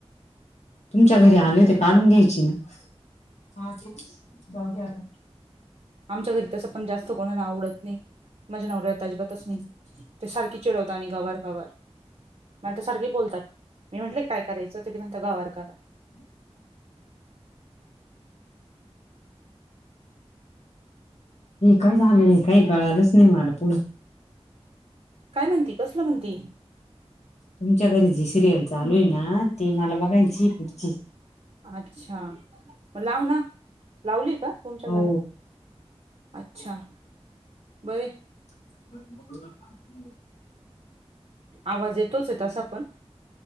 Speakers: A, on the left; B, on the right.
A: तुमच्या घरी आले ते काढून घ्यायची ना हा ते जाऊ द्या आता
B: आमच्या घरी तसं पण जास्त कोणाला आवडत नाही माझ्या नवऱ्याला अजिबातच नाही
A: <inaudible>
B: ते सारखे चिडवता न गवर गवर मला तर सारखे बोलतात मी म्हंटले काय करायचं तथे म्हणत गावार करा
A: हे काय झाले काही कळालंच नाही मला पुढं
B: काय म्हणती कसलं म्हणती
A: तुमच्या घरी जी सिरियल चालू आहे ना ती मला बघायची पुढची
B: अच्छा म लाव ना लावली का तुमच्या
A: हो
B: घरात अच्छा बर
A: <inaudible>
B: आवाज येतोच आहे तसा पण